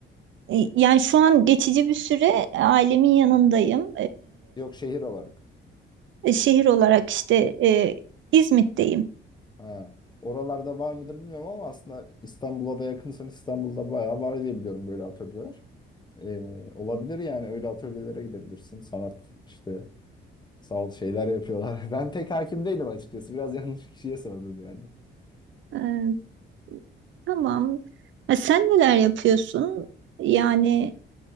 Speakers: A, on the right; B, on the left.
A: e, yani şu an geçici bir süre ailemin yanındayım.
B: Yok şehir olarak.
A: E, şehir olarak işte e, İzmit'teyim.
B: Ha. Oralarda var mıdır bilmiyorum ama aslında İstanbul'a da yakınsan İstanbul'da bayağı var diye biliyorum böyle atölyeler. Ee, olabilir yani öyle atölyelere gidebilirsin. Sanat işte sağ ol şeyler yapıyorlar. <laughs> Ben pek hakim değilim açıkçası. Biraz yanlış kişiye sordun yani.
A: E, tamam. Ha, sen neler yapıyorsun? Yani